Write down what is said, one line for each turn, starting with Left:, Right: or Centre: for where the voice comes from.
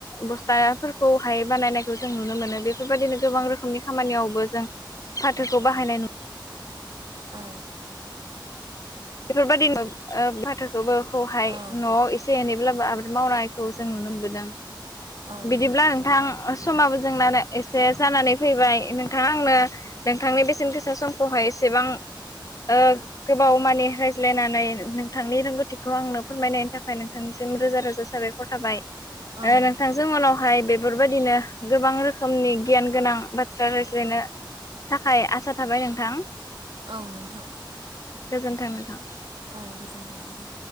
Left: बस्थाफोरखौहाय बानायनायखौ जों नुनो मोनो बेफोरबायदिनो गोबां रोखोमनि खामानियावबो जों फाथोखौ बाहायनाय
Right: औ।
Left: बेफोरबायदि ओ फाथोखौबोहाय
Right: औ
Left: नआव एसे एनै ब्लाबो आबाद मावनायखौ जों नुनो मोनबोदों
Right: जों
Left: बिदिब्ला नोंथां समाबो जोंनानै एसे जानानै फैबाय नोंथाङा आंनो नोंथांनि बेसेन गोसा समखौहाय एसेबां ओ गोबाव माने रायज्लायनानै नोंथांनि रोंगौथिखौ आंनो फोरमायनायनि थाखाय नोंथांनिसिम रोजा रोजा साबायखर थाबाय।
Right: औ
Left: ओ नोंथांजों उनावहाय बेफोरबायदिनो गोबां रोखोमनि गियान गोनां बाथ्रा रायज्लायनो थाखाय आसा थाबाय नोंथां।
Right: औ नोंथां
Left: गोजोन्थों नोंथां।
Right: औ गोजोनथों नोंथां।